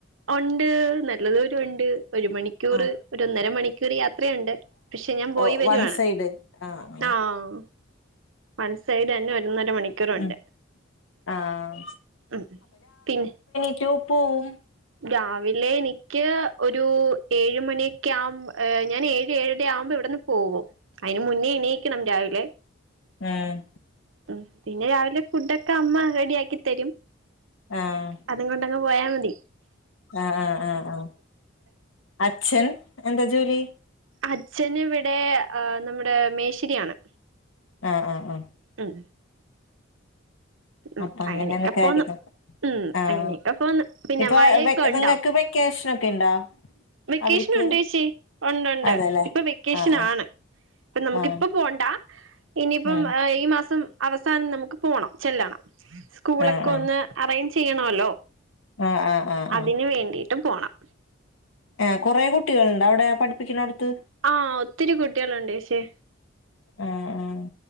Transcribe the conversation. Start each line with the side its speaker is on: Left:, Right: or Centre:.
Right: ഉണ്ട് നല്ല ദൂരം ഉണ്ട് ഒരു മണിക്കൂർ ഒര്
Left: ആഹ്
Right: ഒന്നര മണിക്കൂർ യാത്രയുണ്ട് പക്ഷെ ഞാൻ പോയി
Left: ഓഹ്
Right: വരുവാണ്
Left: വൺ സൈഡ് ആഹ് ആഹ്
Right: ആഹ് സൈഡ് തന്നെ ഒന്നര മണിക്കൂറുണ്ട്
Left: ഉം ആഹ്
Right: ഉം പിന്നെ
Left: റ്റൊ പോവും
Right: രാവിലെ എനിക്ക് ഒരു ഏഴ് മണിയൊക്കെ ആവുമ്പ ഞാൻ ഏഴ് ഏഴര ആവുമ്പോ ഇവിടുന്ന് പോകും അതിന് മുന്നേ എണീക്കണം രാവിലെ
Left: ആഹ്
Right: ഉം പിന്നെ രാവിലെ ഫുഡൊക്കെ അമ്മ റെഡിയാക്കി തരും
Left: ആഹ്
Right: അതുകൊണ്ടങ്ങ് പോയാ മതി
Left: ആഹ് ആഹ് ആഹ് ആഹ് അച്ഛൻ എന്താ ജോലി?
Right: അച്ഛന് ഇവിടെ നമ്മുടെ മേശിരിയാണ്
Left: ആഹ് ആഹ് ആഹ്
Right: ഉം ഉ
Left: അപ്പൊ അങ്ങനെയാണ്
Right: അങ്ങനെക്കെ
Left: കാര്യങ്ങൾ
Right: പോന്ന് ഉം
Left: ആഹ്
Right: അങ്ങനെയൊക്കെ പോന്ന് പിന്നെ
Left: ഇപ്പൊ
Right: മഴയൊക്കെ
Left: വെ
Right: ഉണ്ടോ?
Left: നിങ്ങക്ക് വെക്കേഷനൊക്കെ ഇണ്ടോ
Right: വെക്കേഷൻ
Left: അവര്ക്ക്
Right: ഉണ്ട് ചേച്ചി ഉണ്ടുണ്ട്
Left: അതെല്ലേ
Right: ഇപ്പൊ വെക്കേഷൻ
Left: ആഹ് ആഹ്
Right: ആണ് ഇപ്പൊ നമുക്കിപ്പ
Left: ആഹ്
Right: പോണ്ട ഇനിയിപ്പം
Left: ഉം
Right: ഈ മാസം അവ- സാനം നമുക്ക് പോണം ചെല്ലണം സ്കൂളൊക്കെ
Left: ആഹ് ആഹ്
Right: ഒന്ന് അറേഞ്ച് ചെയ്യണല്ലോ
Left: ആഹ് ആഹ് ആഹ്
Right: അതിന്
Left: ആഹ്
Right: വേണ്ടിട്ടും പോണം
Left: ഏഹ് കുറെേ കുട്ടികളുണ്ടോ? അവിടെ പഠിപ്പിക്കണ അടുത്ത്
Right: ആഹ് ഒത്തിരി കുട്ടികളുണ്ട് ചേച്ചേ
Left: ആഹ് ആഹ്